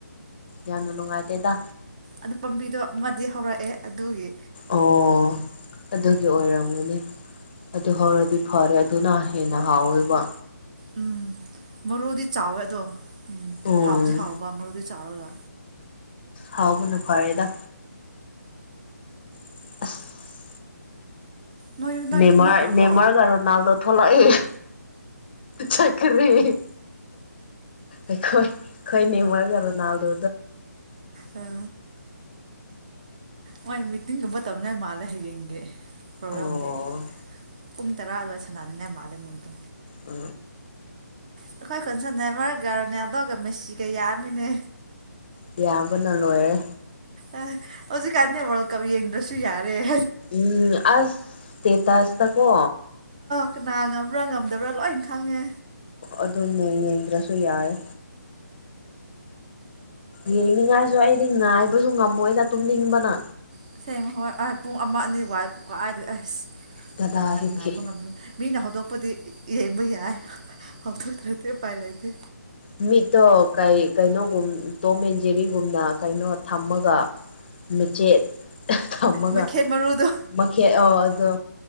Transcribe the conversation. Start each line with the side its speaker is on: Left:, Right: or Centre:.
Left: ꯌꯥꯝꯅ ꯅꯨꯡꯉꯥꯏꯇꯦꯗ
Right: ꯑꯗꯨ ꯄꯥꯝꯕꯤꯗꯣ ꯑꯃꯗꯤ ꯍꯧꯔꯛꯑꯦ ꯑꯗꯨꯒꯤ
Left: ꯑꯣ ꯑꯗꯨꯒꯤ ꯑꯣꯏꯔꯝꯒꯅꯤ ꯑꯗꯨ ꯍꯧꯔꯗꯤ ꯐꯔꯦ ꯑꯗꯨꯅ ꯍꯦꯟꯅ ꯍꯥꯎꯋꯦꯕ
Right: ꯎꯝ ꯃꯔꯨꯗꯤ ꯆꯥꯎꯋꯦ ꯑꯗꯣ ꯎꯝ
Left: ꯎꯝ
Right: ꯍꯥꯎꯗꯤ ꯍꯥꯎꯕ ꯃꯔꯨꯗꯤ ꯆꯥꯎꯔꯒ
Left: ꯍꯥꯎꯕꯅ ꯐꯔꯦꯗ <unintelligible> <unintelligible>
Right: ꯅꯣꯏ
Left: ꯅꯦꯃꯔ
Right: ꯅꯣꯏ ꯇꯨꯝꯅꯈ꯭ꯔꯕꯣ
Left: ꯅꯦꯃꯔꯥꯒ ꯔꯣꯅꯥꯜꯗꯣ ꯊꯂꯂꯛ ꯑꯦ ꯆꯀꯔꯤ ꯑꯩꯣꯏ ꯑꯩꯣꯏ ꯅꯤꯃꯔ ꯀꯔꯣ ꯅꯗ
Right: ꯑ ꯃꯣꯏ ꯃꯤꯇꯤꯡꯒꯨꯝꯕ ꯇꯧꯅꯤꯉꯥꯏ ꯃꯥꯜꯂꯦ ꯍꯌꯦꯡꯒꯤ ꯄ꯭ꯔꯣꯒ꯭ꯔꯥꯝꯒꯤ
Left: ꯑꯣ
Right: ꯄꯨꯡ ꯇꯔꯥ ꯑꯗꯨꯋꯥꯏ ꯁꯥꯟꯗꯥꯅꯤꯡꯥꯏ ꯃꯥꯜꯂꯦ ꯃꯨꯡꯗꯣ
Left: ꯎ
Right: ꯑꯩꯈꯣꯏ ꯀꯣꯟꯁꯟꯅ ꯃꯔ ꯒꯔꯅꯦ ꯑꯗꯨꯒ ꯃꯦꯁꯤꯒ ꯌꯥꯝꯃꯤꯅꯦ
Left: ꯏꯌꯥꯝꯕꯅ ꯂꯣꯏꯔꯦ
Right: ꯑ ꯍꯧꯖꯤꯛ ꯀꯥꯟꯗ ꯀ ꯌꯦ ꯏꯟꯗ꯭ꯔꯁꯁꯨꯁꯨ ꯌꯥꯔ ꯦ
Left: ꯎꯝ ꯑꯁ ꯏꯁꯇꯦꯇꯁꯇꯀꯣ
Right: ꯀꯅꯥ ꯉꯝꯕ꯭ꯔꯥ ꯉꯝꯗꯕ꯭ꯔꯥ ꯂꯣꯏꯅ ꯈꯪꯉꯦ
Left: ꯑꯗꯨꯅꯦ ꯌꯦꯡꯗ꯭ꯔꯁꯨ ꯌꯥꯔꯦ ꯌꯦꯡꯅꯤꯡꯉꯥꯏꯁꯨ ꯑꯩꯗꯤꯅ ꯍꯥꯏꯕꯁꯨ ꯉꯝꯃꯣꯏꯅ ꯇꯨꯝꯅꯤꯡꯕꯅ
Right: ꯁꯁꯦꯡ ꯍꯣꯏ ꯑ ꯄꯨꯡ ꯑꯃ ꯑꯅꯤ ꯋꯥꯏ ꯀꯀꯥꯏꯥꯏꯗ ꯑꯁ
Left: ꯀꯗꯥꯏꯗꯒꯤ
Right: ꯀꯅꯥꯅ ꯉꯥꯏꯕ ꯉꯝꯗꯣꯏꯅꯣ ꯃꯤꯅ ꯍꯧꯗꯣꯛꯄꯗꯤ ꯌꯦꯡꯕ ꯌꯥꯏ ꯍꯧꯗꯣꯛꯇ꯭ꯔꯗꯤ ꯎꯄꯥꯏ ꯂꯩꯇꯦ
Left: ꯎ ꯃꯤꯠꯇꯣ ꯀ ꯀꯩꯅꯣꯒ ꯇꯖꯔꯤ ꯒꯨꯝꯅ ꯀꯩꯅꯣ ꯊꯝꯃꯒ ꯃꯆꯦꯠ ꯊꯝꯃꯒ
Right: ꯃꯩꯈꯦꯠ ꯃꯔꯨꯗꯣ
Left: ꯃꯈꯦꯠ ꯑꯣ ꯑꯗꯣ